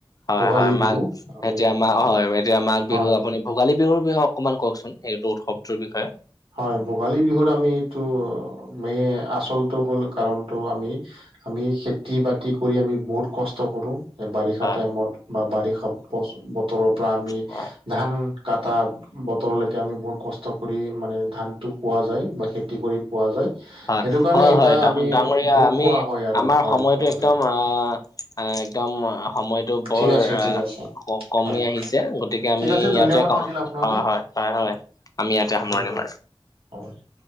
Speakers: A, on the left (about 40°); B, on the right (about 70°).
A: হয়
B: ভোগালী
A: হয়
B: বিহু
A: মাঘ
B: আমি
A: এতিয়া মা হয় এতিয়া মাঘ
B: হয়
A: বিহু আপুনি ভোগালী বিহুৰ বিষয়ে অকমান কৱকচোন? সেইটো উৎসৱটোৰ বিষয়ে
B: হয়, ভোগালী বিহুত আমি তো মে আচলটো হ'ল কাৰণটো আমি আমি খেতি বাতি কৰি আমি বহুত কষ্ট কৰোঁ। এ বাৰিষা
A: হয়
B: টাইমত বা বাৰিষা বছ বতৰৰ পৰা আমি
A: হয়
B: ধান কাটা বতৰলৈকে আমি বহুত কষ্ট কৰি মানে ধানটো পোৱা যায় বা খেতি কৰি পোৱা যায়
A: হয়,
B: সেইটো কাৰণে
A: হয়,
B: এটা
A: হয়, ডা
B: আমি
A: ডাঙৰীয়া
B: ভোগ
A: আমি
B: খোৱা হয় আৰু
A: আমাৰ
B: হয়
A: সময়টো
B: কথা
A: একদম আহ আ একদম সময়টো বৰ
B: ঠিক আছে
A: আহ
B: ঠিক আছে
A: ক কমি
B: হয়
A: আহিছে। গতিকে
B: ঠিক
A: আমি
B: আছে
A: ইয়াতে
B: ধন্যবাদ থাকিল আপোনালৈ
A: অঁ হয় হয় হয়। আমি ইয়াতে
B: হয়
A: সামৰণি
B: ধন্যবাদ
A: মাৰো।
B: <unintelligible>